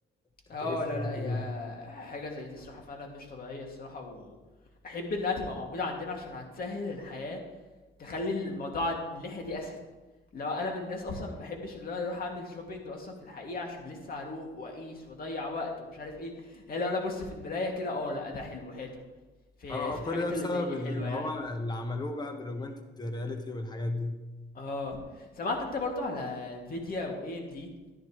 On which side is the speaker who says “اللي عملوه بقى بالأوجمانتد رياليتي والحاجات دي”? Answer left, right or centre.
Left